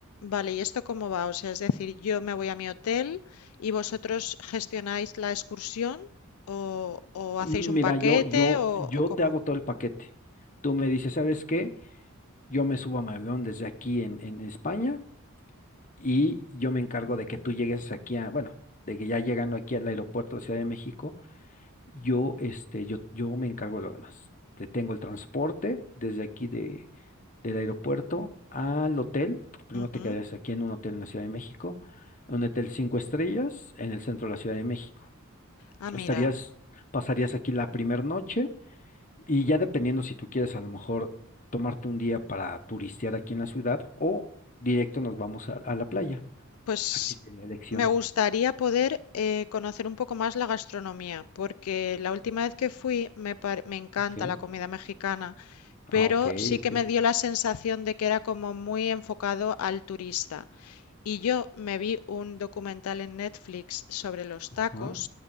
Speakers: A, on the left (about 80°); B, on the left (about 35°).
A: vale, ¿y esto cómo va? O sea, es decir, yo me voy a mi hotel y vosotros gestionáis la excursión o, o
B: Mm,
A: hacéis
B: Mira,
A: un paquete
B: yo, yo,
A: o,
B: yo
A: o cómo.
B: te hago todo el paquete. Tú me dices, ¿sabes qué? Yo me subo a mi avión desde aquí en, en España y yo me encargo de que tú llegues aquí a, bueno, de que ya llegando aquí al aeropuerto de Ciudad de México, yo, este, yo, yo me encargo de lo demás. Te tengo el transporte desde aquí de, del aeropuerto al hotel. Primero
A: Ujú.
B: te quedarías aquí en un hotel en la Ciudad de México, en un hotel cinco estrellas en el centro de la Ciudad de México.
A: Ah, mira,
B: Estarías, pasarías aquí la primera noche y ya dependiendo si tú quieres a lo mejor tomarte un día para turistear aquí en la ciudad o directo nos vamos a a la playa.
A: pues
B: Antes tenía elección.
A: me gustaría poder eh, conocer un poco más la gastronomía, porque la última vez que fui me, par- me encanta
B: Ok.
A: la comida mexicana,
B: Ah,
A: pero
B: ok,
A: sí
B: ok.
A: que me dio la sensación de que era como muy enfocado al turista. Y yo me vi un documental en Netflix sobre los
B: Ajá.
A: tacos